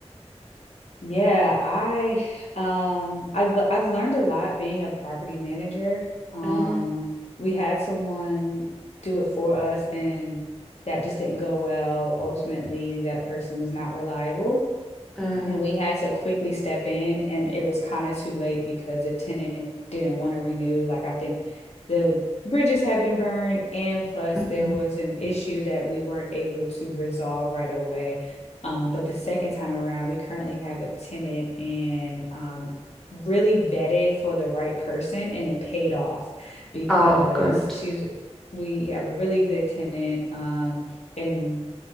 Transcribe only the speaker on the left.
Yeah, I um I've I've learned a lot being a property manager. Um
we had someone do it for us and that just didn't go well. Ultimately, that person was not reliable.
And we had to quickly step in, and it was kind of too late because the tenant didn't want to renew. Like, I think the bridges had been burned, and plus, there
was an issue that we weren't able to resolve right away. Um, but the second time around, we currently have a tenant and um, really vetted for the right person, and it paid off because
she's we have a really good tenant, um, and